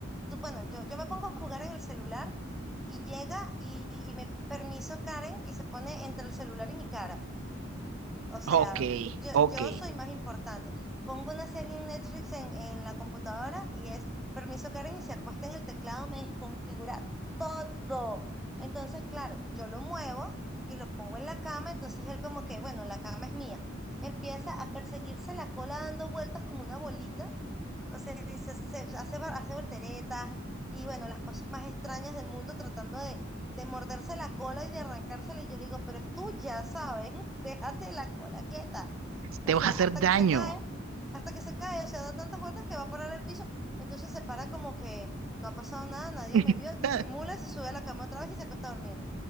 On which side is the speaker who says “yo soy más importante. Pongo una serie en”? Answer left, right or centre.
Centre